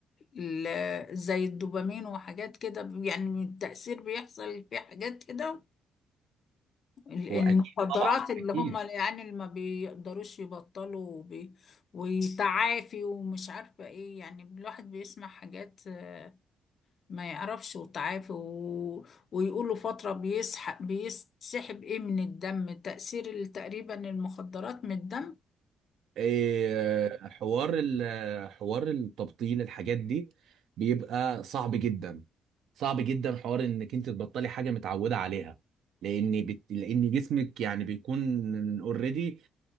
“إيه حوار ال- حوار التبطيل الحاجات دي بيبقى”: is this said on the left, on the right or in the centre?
Right